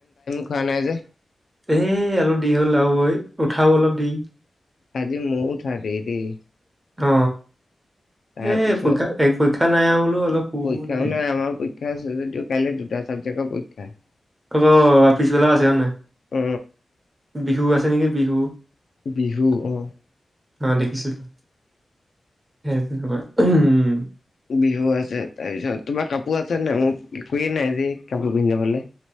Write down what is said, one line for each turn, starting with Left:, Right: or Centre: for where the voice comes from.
Left: খোৱা নাই যে
Right: এ অলপ দি হ'ল আৰুঐ উঠাও অলপ দি
Left: আজি মোও উঠা দেৰি দেই।
Right: অ
Left: তাৰপিছত
Right: এই পৰীক্ষা পৰীক্ষা নাই আৰু বোলো অলপ শু
Left: পৰীক্ষাও
Right: এনেকে।
Left: নাই আমাৰ পৰীক্ষা আছে যদিও কাইলৈ দুটা চাবজেক্টৰ পৰীক্ষা
Right: ক অ পিচ বেলাও আছে হয় নাই?
Left: উ
Right: বিহু আছে নেকি বিহু
Left: বিহু অহ
Right: অ দেখিছিলো সেইটো <unintelligible> উম
Left: বিহু আছে তাৰ পিছত তোমাৰ কাপোৰ আছে নাই মোৰ একোৱে নাই যে কাপোৰ পিন্ধি যাবলে।